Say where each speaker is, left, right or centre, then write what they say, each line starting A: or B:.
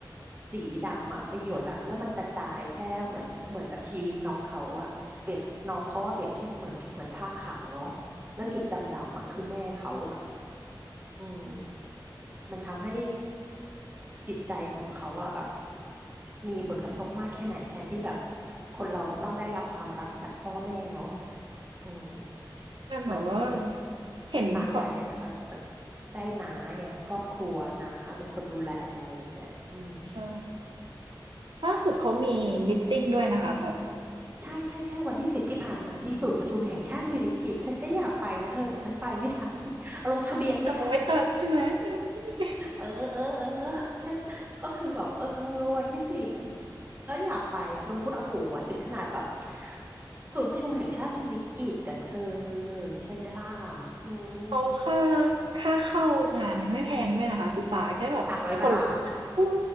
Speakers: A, on the right; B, on the right.
A: สีดำอ่ะไปหยดละแล้วมันกระจายแพร่เหมือนเหมือนกับชีวิตน้องเขาอ่ะเปรียบน้องเขาอ่ะเปรียบเทียบเหมือนเหมือนผ้าขาวเนาะแล้วจุดดำๆอ่ะคือแม่เขาอ่ะอืม
B: อืม
A: มันทำให้จิตใจของเขาอะแบบมีผลกระทบมากแค่ไหนแทนที่แบบคนเราจะต้องได้รับความรักจากพ่อแม่เนาะอืม
B: แต่หนูว่า
A: มัน
B: เห็นฝ
A: มันต่างกันไงแต่ตอนที่แบบได้น้าไงครอบครัวน้าเป็นคนดูแลอะไรอย่างเงี้ยอืม
B: ใช่ล่าสุดเขามีมีตติงด้วยนะคะแบบ
A: ใช่ใช่ใช่วันที่สิบที่ผ่านมาที่ศูนย์ประชุมแห่งชาติสิริกิติ์ฉันก็อยากไปนะเธอแต่ฉันไปไม่ทัน <laughs> เอาลงทะเบียนไม่ทัน
B: จองไม่ทันใช่ไหมอืม
A: เออเออเออ <laughs> ฉันก็คือแบบเออวันที่สิบก็อยากไปอ่ะรู้นะโอ้โหถึงขนาดแบบศูนย์ประชุมแห่งชาติสิริกิติ์แต่เธอใช่ไหมล่ะอืม
B: เขาค่าค่าเข้างานเนี่ยไม่แพงด้วยนะคะพี่ปาแค่แบบสคน
A: สามร้อยบาท
B: โอ้